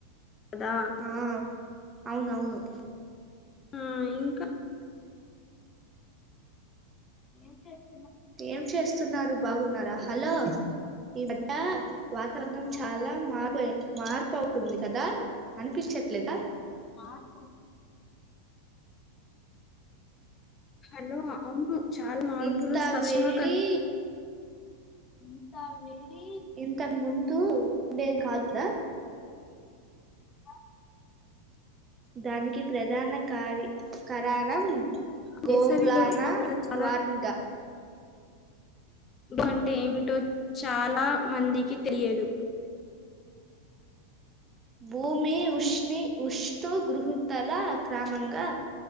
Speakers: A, on the left; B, on the right.
A: కదా
B: ఆ అవునవును
A: ఆ ఇంకా ఏం చెస్
B: ఏం చేస్తున్నారు బాగున్నారా హలో! ఈ మధ్యా వాతావరణం
A: వాతావరణం
B: చాలా మార్పాయి మార్పవ్ తుంది కదా అనిపించట్లేదా.
A: మా కదా హలో అవును చాలా మార్పులు
B: ఇంత
A: స్పష్టంగా
B: వేడి
A: ఇంత వేడి
B: ఇంతక్ ముందు ఉండేది కాదు కదా
A: <inaudible>
B: దానికి ప్రధాన కారి కరాణం
A: వేసవిలో
B: గోబ్లానా
A: ఉష్ణోగ్రత చాలా
B: వారింగ్
A: అంటే ఏమిటో చాలా మందికి తెలియదు
B: భూమి ఉష్ణి ఉషతూ గృహతల క్రమంగా